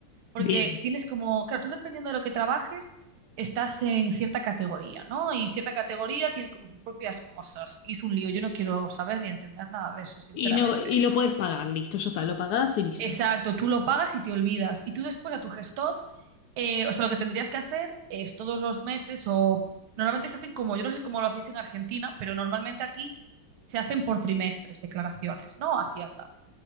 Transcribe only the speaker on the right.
Porque
tienes como, claro, tú dependiendo de lo que trabajes, estás en cierta categoría, ¿no? Y cierta categoría tiene como sus propias cosas. Y es un lío, yo no quiero saber ni entender nada de eso, sinceramente.
Exacto, tú lo pagas y te olvidas. Y tú después a tu gestor, eh, o sea, lo que tendrías que hacer es todos los meses o normalmente se hacen como, yo no sé cómo lo hacéis en Argentina, pero normalmente aquí se hacen por trimestres declaraciones, ¿no? Hacienda,